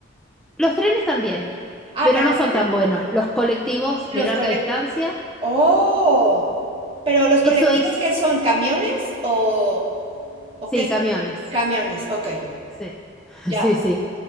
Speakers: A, in the centre; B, on the right.
A: Los trenes también,
B: Ah,
A: pero
B: pero
A: no
B: entonces
A: son tan buenos. Los colectivos
B: Los
A: de larga
B: colec
A: distancia,
B: ¡Oh! Pero, ¿los
A: eso
B: colectivos
A: es,
B: qué son? ¿Camiones o o
A: sí,
B: qué son?
A: camiones.
B: Camiones, okey,
A: Sí, <laughs>
B: ya.
A: sí, sí.